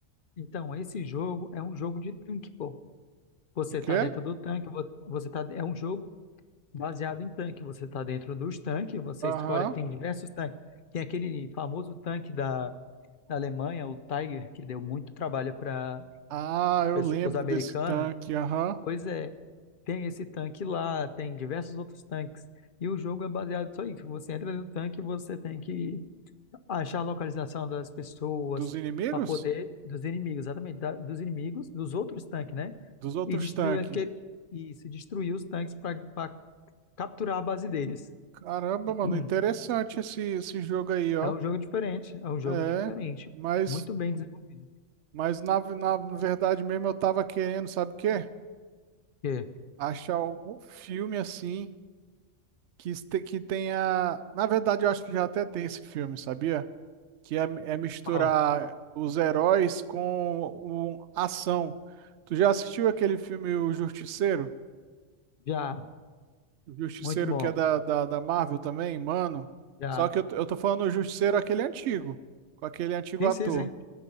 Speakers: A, on the left (about 50°); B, on the right (about 70°).
A: Então, esse jogo é um jogo de tanque, pô. Você
B: De quê?
A: tá dentro do tanque, vo- você tá, é um jogo baseado em tanque. Você tá dentro dos tanques, você
B: Aham.
A: escolhe, tem diversos tanques. Tem aquele famoso tanque da, da Alemanha, o Tiger, que deu muito trabalho para
B: Ah, eu
A: pessoas
B: lembro
A: americanas.
B: desse tanque, aham.
A: Pois é, tem esse tanque lá, tem diversos outros tanques. E o jogo é baseado só isso. Você entra no tanque e você tem que achar a localização das pessoas
B: Dos inimigos?
A: para poder dos inimigos, exatamente, da- dos inimigos, dos outros tanques, né?
B: Dos outros
A: E destruir
B: tanques.
A: aquele, e se destruir os tanques para capturar a base deles.
B: Caramba,
A: <clears throat>
B: mano, interessante esse, esse jogo aí, ó.
A: É um jogo diferente, é um jogo
B: É,
A: diferente,
B: mas,
A: muito bem desenvolvido.
B: mas na, na verdade mesmo eu tava querendo, sabe o quê?
A: Porque,
B: Achar algum filme assim que, este- que tenha. Na verdade, eu acho que já até tem esse filme, sabia? Que é, é misturar
A: pau,
B: os heróis com o, ação. Tu já assistiu aquele filme O Justiceiro?
A: já,
B: O Justiceiro
A: muito bom,
B: que é da, da, da Marvel também, mano.
A: já.
B: Só que eu, eu tô falando o Justiceiro aquele antigo, com aquele antigo
A: Sim,
B: ator.
A: sim, sim.